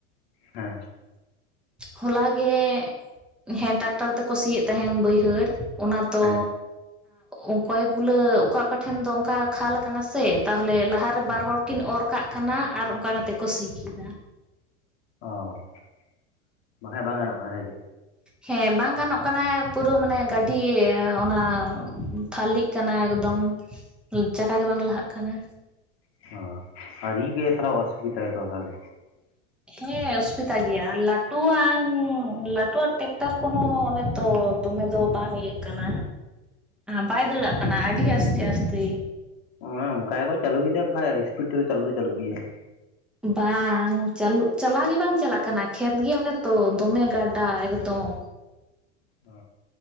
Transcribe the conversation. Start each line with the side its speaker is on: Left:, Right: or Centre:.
Left: ᱦᱮᱸ
Centre: ᱦᱚᱞᱟ ᱜᱮ ᱦᱮᱸ ᱴᱨᱟᱠᱴᱟᱨ ᱛᱮᱠᱚ ᱥᱤᱭᱮᱫ ᱛᱟᱦᱮᱸᱱᱟ ᱵᱟᱹᱭᱦᱟᱹᱲ᱾ ᱚᱱᱟ ᱛᱚ
Left: ᱦᱮᱸ
Centre: ᱚᱠᱚᱭ ᱜᱩᱞᱟᱹ ᱚᱠᱟ ᱚᱠᱟ ᱴᱷᱮᱱ ᱫᱚ ᱚᱱᱠᱟ ᱠᱷᱟᱞ ᱟᱠᱟᱱᱟ ᱥᱮ ᱛᱟᱦᱚᱞᱮ ᱞᱟᱦᱟ ᱨᱮ ᱵᱟᱨ ᱦᱚᱲ ᱠᱤᱱ ᱚᱨ ᱠᱟᱜ ᱠᱷᱟᱱᱟᱜ ᱟᱨ ᱚᱱᱠᱟ ᱠᱟᱛᱮᱫ ᱠᱚ ᱥᱤ ᱠᱮᱫᱟ᱾
Left: ᱚᱻ <unintelligible> ᱵᱟᱠᱷᱟᱡ ᱵᱟᱝ ᱜᱟᱱᱚᱜ ᱠᱟᱱᱟ ᱥᱮ ᱪᱮ
Centre: ᱦᱮᱸ ᱵᱟᱝ ᱜᱟᱱᱚᱜ ᱠᱟᱱᱟ ᱯᱩᱨᱟᱹ ᱢᱟᱱᱮ ᱜᱟᱹᱰᱤ ᱚᱱᱟ ᱛᱷᱟᱹᱞᱤᱜ ᱠᱟᱱᱟ ᱮᱠᱫᱚᱢ᱾ ᱪᱟᱠᱟ ᱜᱮ ᱵᱟᱝ ᱞᱟᱦᱟᱜ ᱠᱟᱱᱟ᱾
Left: <unintelligible> ᱚ ᱟᱰᱤ ᱜᱮ ᱛᱟᱦᱚᱞᱮ ᱚᱥᱩᱵᱤᱫᱟ ᱛᱚ ᱛᱟᱦᱚᱞᱮ
Centre: ᱦᱮᱸ ᱚᱥᱩᱵᱤᱛᱟ ᱜᱮᱭᱟ ᱞᱟᱹᱴᱩᱣᱟ ᱞᱟᱹᱴᱩᱣᱟᱜ ᱴᱮᱠᱴᱟᱨ ᱠᱚᱦᱚᱸ ᱚᱱᱮ ᱛᱚ ᱫᱚᱢᱮ ᱫᱚ ᱵᱟᱝ ᱤᱭᱟᱹᱜ ᱠᱟᱱᱟ ᱵᱟᱭ ᱫᱟᱹᱲᱟᱜ ᱠᱟᱱᱟ ᱟᱹᱰᱤ ᱟᱥᱛᱮ ᱟᱥᱛᱮ
Left: ᱱᱚᱜᱚᱭ ᱚᱱᱠᱟ ᱜᱮᱠᱚ ᱪᱟᱹᱞᱩ ᱜᱮᱭᱟ ᱵᱟᱠᱟᱱ ᱤᱥᱯᱤᱰ ᱛᱮ ᱪᱟᱞᱩ ᱫᱚ ᱪᱟᱹᱞᱩ ᱜᱮᱭᱟ᱾
Centre: ᱵᱟᱝ ᱪᱟᱹᱩ ᱪᱟᱞᱟᱣ ᱜᱮ ᱵᱟᱝ ᱪᱟᱞᱟᱜ ᱠᱟᱱᱟ ᱠᱷᱮᱛ ᱜᱮ ᱚᱱᱮ ᱛᱚ ᱫᱚᱢᱮ ᱜᱟᱰᱟ ᱮᱠᱫᱚᱢ
Left: ᱚᱻ